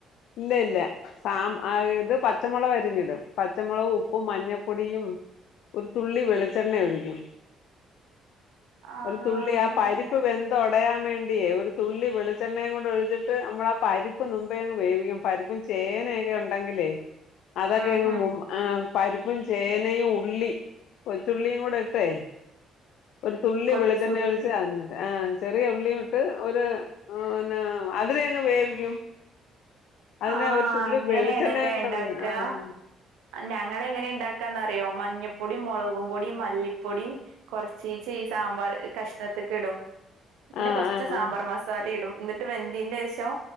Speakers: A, on the left; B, on the right.
A: ഇല്ല ഇല്ല സാം ആഹ് ഇത് പച്ചമുളക് വരിഞ്ഞിടും പച്ചമുളകും ഉപ്പും മഞ്ഞപ്പൊടിയും ഒരു തുള്ളി വെളിച്ചെണ്ണ ഒഴിക്കും.
B: ആ
A: ഒരു തുള്ളി
B: അങ്ങനെ
A: ആ പരിപ്പ് വെന്ത ഒട ടയാൻ വേണ്ട്യേ ഒരു തുള്ളി വെളിച്ചെണ്ണയും കൂടൊഴിച്ചിട്ട് അമ്മൾ ആ പരിപ്പ് മുമ്പേങ്ങ് വേവിക്കും പരിപ്പും ച് ചേനയൊക്കെ ഉണ്ടെങ്കിലേ അതൊക്കെങ്
B: ഉം ഉം
A: മും ആഹ് പരിപ്പും ചേനയും ഉള്ളി കൊച്ചുള്ളിയും കൂടെട്ടേ ഒരു തുള്ളി
B: കൊച്ചുള്ളി
A: വിളച്ചെണ്ണയൊഴിച്ച് അതിനകത്ത് ആഹ് ചെറിയ ഉള്ളിയും ഇട്ട് ഒര് പിന്നെ അതിനെയങ്ങ് വേവിക്കും. അതിനെ
B: ആ
A: ഒരു തുള്ളി
B: അങ്ങനെയാണല്ലേ
A: വെളിച്ചെണ്ണയും കൂടെ
B: ഉണ്ടാക്കുക
A: ആഹ്.
B: ഞങ്ങൾ എങ്ങനെ ഉണ്ടാക്കാന്നറിയോ മഞ്ഞപ്പൊടി മുളകും പൊടി മല്ലി പ്പൊടിയും കൊറചീച്ച ഈ സാമ്പാർ കഷ്ണത്തിക്ക് ഇടും. പിന്നെ
A: ആ
B: കൊറച്ച്
A: ആ
B: സാമ്പാർ
A: ആ ആ
B: മസാല ഇടും എന്നിട്ട് വെന്തീന്റെശം